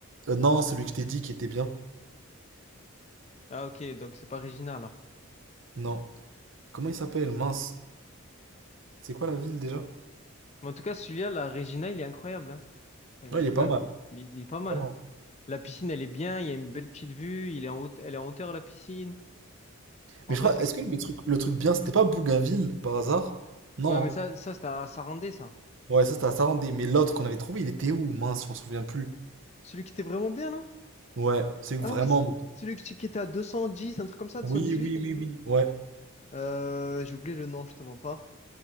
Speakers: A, on the right; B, on the left.
A: Euh, non, celui que je t'ai dit qui était bien.
B: Ah ok, donc c'est pas Regina, alors.
A: Non. Comment il s'appelle? Mince. C'est quoi la ville déjà?
B: Mais en tout cas, celui-là, la Regina, il est incroyable. hein. Enfin,
A: Non,
B: il est incroyable.
A: il est pas mal,
B: Il, est il est pas mal.
A: vraiment.
B: hein. La piscine, elle est bien. Il y a une belle petite vue. Il est en haute, elle est en hauteur, la piscine. En
A: Mais je
B: vrai,
A: crois,
B: c'est.
A: est-ce
B: que-
A: que le truc, le truc bien, c'était pas Bougainville par hasard? Non.
B: Ouais, mais
A: hein.
B: ça, ça, c'était à Sarandé, ça.
A: Ouais, ça c'était à Sarandé, mais l'autre qu'on avait trouvé, il était où? Mince, je m'en souviens plus.
B: Celui qui était vraiment bien, là?
A: Ouais, c'est vraiment.
B: Ah oui, c'est- celui qui qui était à 210, un truc comme ça, 218.
A: Oui, oui, oui, oui. Ouais,
B: Euh, j'ai oublié le nom, je te mens pas.